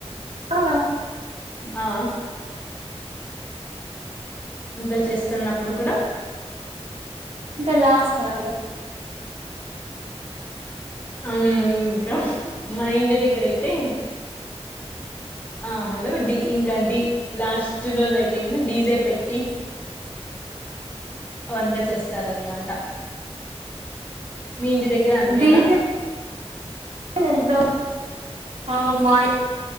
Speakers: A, on the right (about 80°); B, on the left (about 15°).
A: ఆ
B: ఆ ఇంట్లో చేస్తున్నప్పుడు కూడా
A: ఇంకా లాస్ట్ కాల్గ
B: అవును ఇంకా మా ఇంటి దగ్గర అయితే ఆ హలో డి ఇంకా లాస్ట్ రోజ అయితే క డీజే పెట్టి అవిఅంత చేస్తారన్నమాట మీ ఇంటి దగ్గర అంతెనా
A: డీజే <unintelligible> ఆ మా ఇంటి